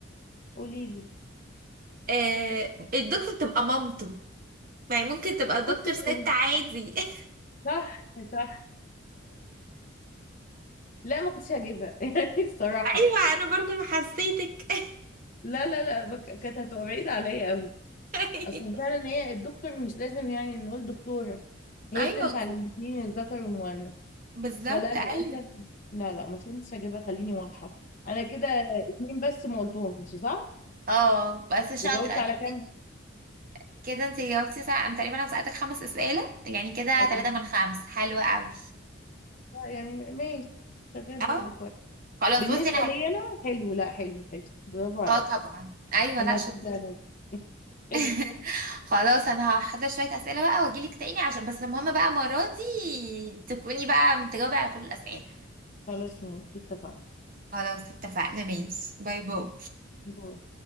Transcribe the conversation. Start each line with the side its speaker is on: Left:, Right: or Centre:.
Left: قوليلي
Right: آه الدكتور تبقى مامته ما هي ممكن تبقى الدكتور
Left: أوه،
Right: ست عادي <laughs>
Left: صح صح لا ما كنتش هجيبها <laughs> يعني الصراحة
Right: ايوه
Left: يعني.
Right: انا برضو حسيتك
Left: لا لا لا بك- كانت هتبقى بعيدة عليا قوي
Right: <laughs>
Left: اصلا فعلا هي الدكتور مش لازم يعني نقول دكتورة هي
Right: ايوه
Left: بتنفع
Right: بس-
Left: للاتنين الذكر والمؤنث
Right: بالظبط
Left: فلا للاسف
Right: ايوه
Left: لا لا ما كنتش هجيبها خليني واضحة انا كده اتنين بس ما قلتهمش صح
Right: اه بس شاطره
Left: وجاوبت
Right: يعني
Left: على
Right: اديكي
Left: كام
Right: كده انت جاوبتي صح انا تقريبا انا سالتك خمس اسئله يعني كده
Left: اه
Right: ثلاثة من خمس حلوه قوي
Left: لا يعني ماشي شغال برضه
Right: اه
Left: كويس
Right: خلاص
Left: بالنسبة
Right: بصي انا
Left: لي
Right: هل-
Left: انا حلو لا حلو حلو برافو عليا
Right: اه طبعا ايوه
Left: انا
Right: لا
Left: هشجع
Right: شطور
Left: نفسي <laughs> حلو
Right: <laughs> خلاص انا هحضر شويه اسئله بقى واجيلك تاني عشان بس المهم بقى المره دي تكوني بقى متجاوبه على كل الاسئله
Left: خلاص ماشي اتفقنا
Right: خلاص اتفقنا ماشي باي باي
Left: دور